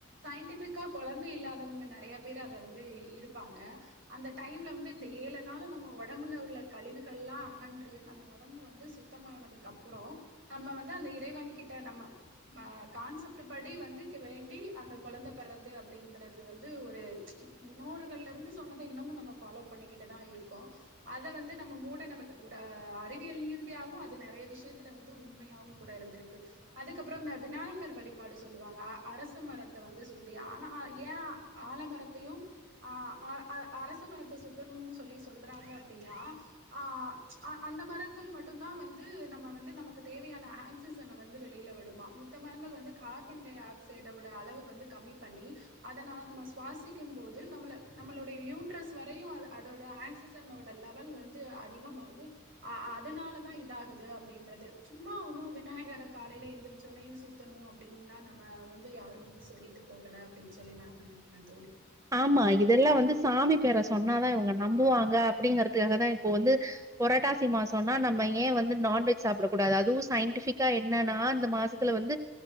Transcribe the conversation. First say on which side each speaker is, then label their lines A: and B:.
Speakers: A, on the right; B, on the right.
A: சயின்டிஃபிக்கா கொழந்தை இல்லா தவுங்க நெறைய பேரு அத வந்து இருப்பாங்க அந்த டைம்ல வந்து இந்த ஏழு நாளு நம்ம ஒடம்புல உள்ள கழிவுகள்லா அகன்று நம்ம ஒடம்பு வந்து சுத்தமானதுக்கப்புறொ‌ நம்ம வந்து அந்த இறைவன் கிட்ட நம்ம ஆ கான்செப்ட்டு படி வந்து வேண்டி அந்த கொழந்த பெர்றது அப்டின் றது வந்து ஒரு முன்னோர்கள்லருந்து சொன்னத இன்னமு நம்ம ஃபாலோ பண்ணிக்கிட்டுதா இருக்கோ அத வந்து நம்ம மூட நமக்கு உட அறிவியல் நீறுதியாவு அது நறைய விஷ்யத்துல வந்து உண்மையாவு கூட இருந்துருக்கு அதுக்கப்புறொ இந்த விநாயகர் வழிபாடு சொல்லுவாங்க அரச மரத்த வந்து சுத்தி ஆனா அ ஏ ஆலமரத்தயு அ அ அ அர ச மரத்த சுத்தணுன் சொல்லி சொல்றாங்க அப்டின்னா ஆ அ அந்த மரங்கள் மட்டுந்தா வந்து நம்ம வந்து நமக்கு தேவையான ஆக்சிசன வந்து வெளில விடுமா மித்த மரங்கள் வந்து கார்பன் டை ஆக்சைடோட அளவ வந்து கம்மி பண்ணி அதனாம சுவாசிக்கும் போது நம்மள நம்மளோடைய யூட்ரஸ் வரையு அ அதோட ஆக்சிசனோட லெவல் வந்து அதிகமாகி அ அதனாலதா இதாகுது அப்டின்றது சும்மா ஒன்னு விநாயகர காலைல எந்திரிச்சொனயு சுத்தணு அப்டின்லா நம்ம வந்து யாரு வந்து சொல்லிட்டு போகல அப்டின் சொல்லி நா நனைக்கிறே தோழி
B: ஆமா இதெல்லா வந்து சாமி பேர சொன்னாதா இவுங்க நம்புவாங்க அப்டிங்கறதுக்காக தா இப்பொ வந்து பொரட்டாசி மாசொன்னா நம்ம ஏ வந்து நான்வெஜ் சாப்புடக் கூடாது அதுவு சயின்டிஃபிக்கா என்னனா இந்த மாசத்துல வந்து